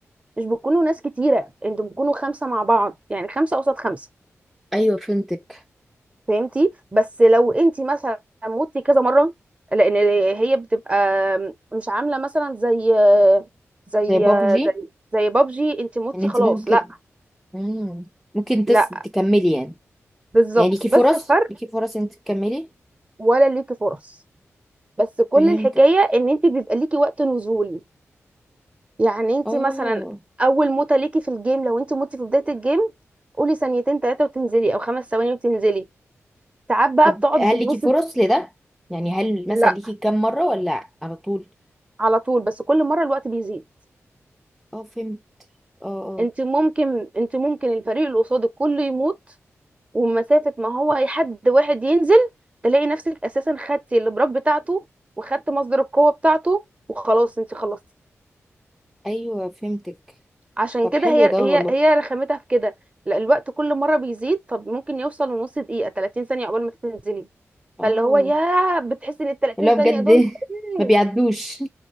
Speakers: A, on the right; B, in the centre.
A: مش بتكونوا ناس كتيره انتوا بتكونوا خمسه مع بعض يعني خمسه قصاد خمسه
B: ايوه فهمتك
A: فهمتي بس لو انت مثلا موتي كذا مره لان هي بتبقى مش عامله مثلا زي زي
B: زي بابجي
A: زي زي بابجي انت موتي
B: يعني انتي
A: خلاص
B: ممكن
A: لا
B: مم. ممكن تس...
A: لا
B: تكملي يعني
A: بالظبط
B: يعني ليكي
A: بس
B: فرص
A: الفرق
B: ليكي فرص انت تكملي
A: ولا ليكي فرص بس كل
B: فهمتك
A: الحكايه ان انت بيبقى ليكي وقت نزول يعني انت
B: اه
A: مثلا اول موته ليكي في الجيم لو انت موتي في بدايه الجيم قولي ثانيتين ثلاثه وتنزلي او خمس ثواني وتنزلي ساعات بقى
B: طب
A: بتقعد بالنص
B: هل ليكي فرص لده يعني هل
A: لا
B: مثلا ليكي كام مرة ولا على طول
A: على طول بس كل مره الوقت بيزيد
B: اه فهمت اه
A: انت
B: اه
A: ممكن انت ممكن الفريق اللي قصادك كله يموت ومسافه ما هو حد واحد ينزل تلاقي نفسك اساسا خدتي البراك بتاعته وخدت مصدر القوه بتاعته وخلاص انت خلصتي
B: ايوه فهمتك
A: عشان
B: طب
A: كده
B: حلو
A: هي
B: ده
A: هي
B: والله
A: هي رخامتها في كده لا الوقت كل مره بيزيد فممكن يوصل لنص دقيقه 30 ثانيه قبل ما تنزلي
B: اه
A: فاللي هو يا بتحسي ان ال 30
B: اللي هو
A: ثانيه
B: بجد
A: دول <laughs>
B: <laughs> ما بيعدوش